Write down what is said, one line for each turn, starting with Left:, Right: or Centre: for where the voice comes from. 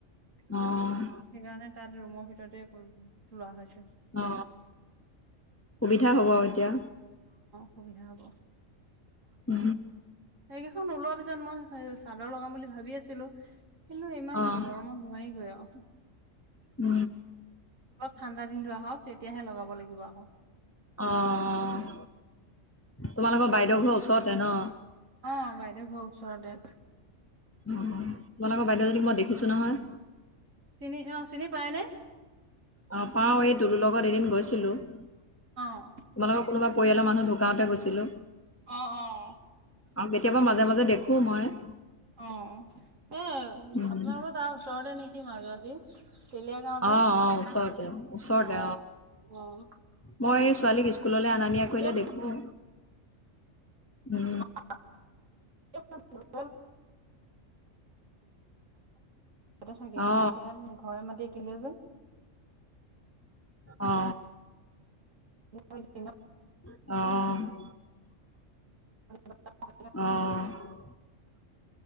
Left: অ',
Right: সেইকাৰণে তাত ৰুমৰ ভিতৰতে কৰো, লোৱা হৈছে।
Left: অ', সুবিধা হ'ব আও এতিয়া।
Right: সুবিধা হ'ব।
Left: উ।
Right: এইকিখন ওলোৱাৰ পিছত মই চাদৰ লগাম বুলি ভাবি আছোঁ। ছিলো, কিন্তু ইমান
Left: অ',
Right: গৰমত নোৱাৰিগৈ আৰু।
Left: উ।
Right: লপ ঠাণ্ডা দিনটো আহক, তেতিয়াহে লগাব লাগিব। আকৌ
Left: অ', তোমালোকৰ বাইদেউ ঘৰৰ ওচৰতে ন?
Right: অ', বাইদেউ ঘৰ ওচৰতে।
Left: অ', তোমালোকৰ বাইদেউজনীক মই দেখিছো নহয়।
Right: চিনি অ চিনি পায়নে?
Left: অ', পাওঁ এই তুলুৰ লগত এদিন গৈছিলো, তোমালোকৰ
Right: অ
Left: কোনোবা পৰিয়ালৰ মানুহ ঢুকাওঁতে গৈছিলো।
Right: অ', অ'।
Left: আৰু কেতিয়াবা মাজে মাজে দেখোঁ মই।
Right: অ'। এ, আপোনালোকৰ
Left: উম,
Right: তাৰ ওচৰতে নেকি মাজুগৰাকী। তেলীয়া গাঁৱত হে,
Left: অ', অ', ওচৰতে ওচৰতে
Right: অ', অ'।
Left: মই ছোৱালীক স্কুললৈ অনা নিয়া কৰিলে
Right: এতিয়া
Left: দেখো। উ।
Right: <unintelligible> <unintelligible> থাকে সি,
Left: অ
Right: এতিয়া ঘৰে মাটিয়ে কিনিলে যে।
Left: অ
Right: অ', <unintelligible>
Left: অ'।
Right: <unintelligible>
Left: অ'।